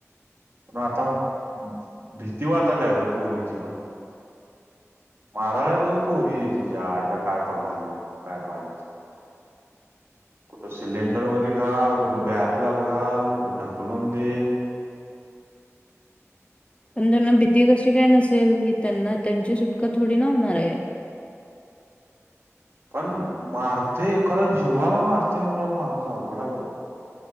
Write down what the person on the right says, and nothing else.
आता मग, भीती वाटल्या ग पोरींची पण मारायला नव पोरी तीज्या आईला काय पा घालून काय पायजे ते कुठं सिलेंडर मध्ये घाल, कुठं बॅरलत घाल, कुठं ढक्क कुलंदी
पण मारते खरं जीवाला मारते म्हणल्यावर माणूस अवघडाय बाबा